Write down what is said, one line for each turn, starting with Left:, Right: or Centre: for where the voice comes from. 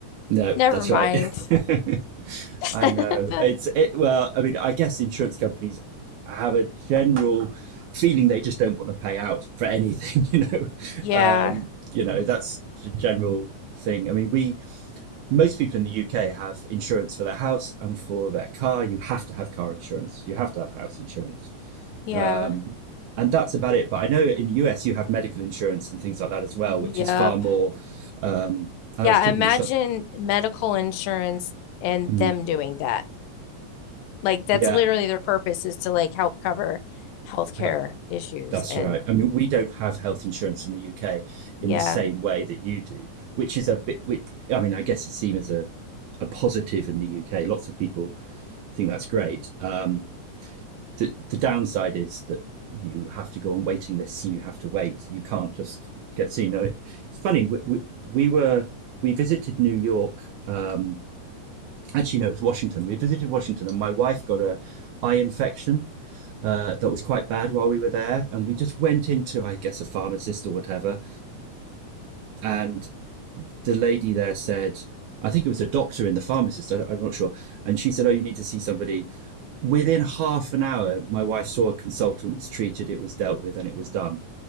Right: No,
Left: never
Right: that's
Left: mind."
Right: right. <laughs>
Left: <laughs>
Right: I know. It's it. Well, I mean, I guess insurance companies have a general feeling they just don't want to pay out for anything. <laughs> You know,
Left: Yeah.
Right: um, you know that's the general thing. I mean, we most people in the UK have insurance for their house and for their car. You have to have car insurance. You have to have house insurance.
Left: Yeah.
Right: Um, and that's about it. But I know in the US you have medical insurance and things like that as well,
Left: Yeah.
Right: which is
Left: Yep.
Right: far more. Um, I
Left: Yeah,
Right: was talking
Left: imagine
Right: to some.
Left: medical insurance and
Right: Mm,
Left: them doing that. Like that's
Right: Yeah,
Left: literally their purpose is to like help cover healthcare
Right: uh,
Left: issues.
Right: that's
Left: And
Right: right. I mean, we don't have health insurance in the UK in
Left: yeah,
Right: the same way that you do, which is a bit. Which, I mean, I guess it seems as a, a positive in the UK. Lots of people think that's great. Um, the the downside is that you have to go on waiting lists and you have to wait. You can't just get seen. No, it- it's funny. We, we, we were we visited New York. Um, actually no it was washington we visited washington and my wife got a eye infection uh, that was quite bad while we were there and we just went into i guess a pharmacist or whatever and the lady there said, I think it was a doctor and the pharmacist, I, I'm not sure. And she said, Oh, you need to see somebody. Within half an hour, my wife saw a consultant, was treated, it was dealt with, and it was done.